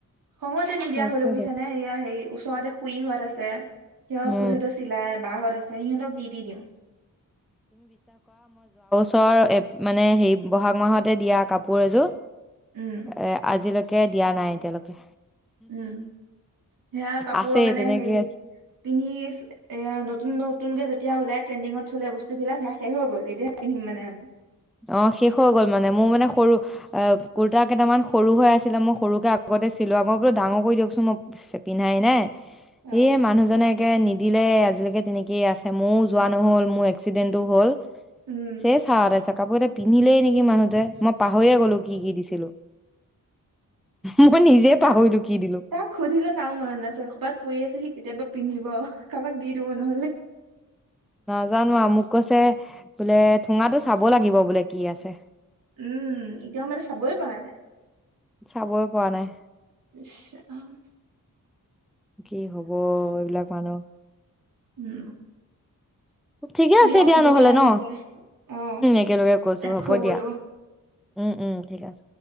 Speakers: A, on the right; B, in the centre.
A: সময়তে নিদিয়া
B: তাকেটো।
A: হলো বুইছা নে ইয়াৰ হেৰি ওচৰতে শুই হোৱাত আছে সিহঁত
B: উম,
A: শুইহঁতে চিলাই বাহত আছে সিহঁতক দি দি দিওঁ
B: ছৰ মানে সেই বহাগ মাহতে দিয়া কাপোৰ এযোৰ
A: উম
B: এ আজিলৈক কে দিয়া নাই এতিয়ালৈকে
A: উম সেয়া কাপোৰ
B: আছেই
A: মানে
B: তেনেকে
A: হেৰি
B: আছে।
A: পিন্ধি এয়া নতুন নতুনকে যেতিয়া উলায় ট্ৰেণ্ডিঙত চলা বস্তুবিলাক শেষে হৈ গল এতিয়াহে পিন্ধিম মানে আমি
B: অ শেষ হৈ গ'ল মানে মোৰ মানে সৰু কুৰ্তা কেইটামান সৰু হৈ আছিলে মই সৰুকে আগতে চিলোৱা মই বোলো ডাঙৰ কৰি দিয়কচোন মই পিন্ধাই নাই
A: অ
B: এইয়ে মানুহজনে একে নিজ দিলে আজিলৈকে তেনেকেই আছে ময়ো যোৱা নহ'ল মোৰ এক্সিডেন্টটো হ'ল
A: উম
B: <unintelligible> কাপোৰ এতিয়া পিন্ধিলেই নেকি মানুহটোৱে মই পাহৰিয়ে গ'লো কি কি দিছিলো মই নিজে
A: তাক,
B: পাহৰিলো কি দিলো
A: তাক সুধিলে নাও মনত নাই চাগে, কৰবাত পৰি আছে সি কেতিয়াবা পিন্ধিব। কাবাক দি দিব নহলে।
B: নাজানো আও মোক কৈছে বোলে সুঙাটো চাব লাগিব বোলে কি আছে।
A: উম, এতিয়াও মানে চাবই পৰা নাই।
B: চাবয়ে পোৱা নাই।
A: ইছ ৰাম।
B: কি হ'ব এইবিলাক মানুহ।
A: উম।
B: ঠিকে
A: দিয়া
B: আছে
A: হ'ব দিয়া নহলে।
B: ন
A: অহ, উম,
B: একেলগে কৈছো
A: ৰাখো
B: হ'ব
A: বোলো।
B: দিয়া উম উম ঠিক আছে